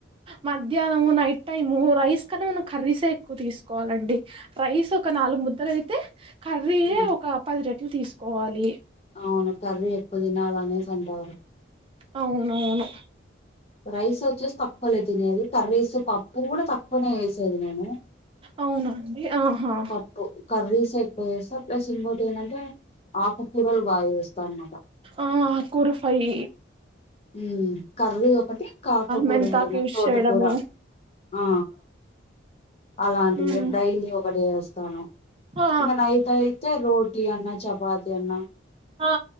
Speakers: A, on the right; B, on the left.
A: మధ్యాహ్నము నైట్ టైము రైస్ కన్నా మనం కర్రీసే ఎక్కువ తీసుకోవాలండి రైస్ ఒక నాలుగు ముద్దలు అయితే కర్రీ
B: హ్మ్.
A: ఒక పది రెట్లు తీసుకోవాలి
B: అవును కర్రీ కొది తినాల అనేసి అంటారు
A: అవునవును
B: రైస్ వచ్చేసి తక్కువలే తినేది కర్రీస్ పప్పు కూడా తక్కువనే వేసేది నేను
A: అవునండి ఆహా
B: పప్పు కర్రీస్ ఎక్కువ చేస్తా ప్లస్ ఇంకోటి ఏంటంటే ఆకుకూరలు బాగా చేస్తా అన్ మాట
A: ఆ కురుఫయి
B: ఉమ్ కా ఒకటి కాకకూర
A: మెంతాకు
B: ఏదైనా
A: యూస్
B: తోటకూర
A: చేయడము
B: ఆ అలాంటివి
A: మ్మ్
B: డైలీ ఒకటి చేస్తా తాను
A: ఆ
B: మన అయితయితే రోడ్ ఇడ్లీ అన్న చపాతి దన్నా
A: ఆ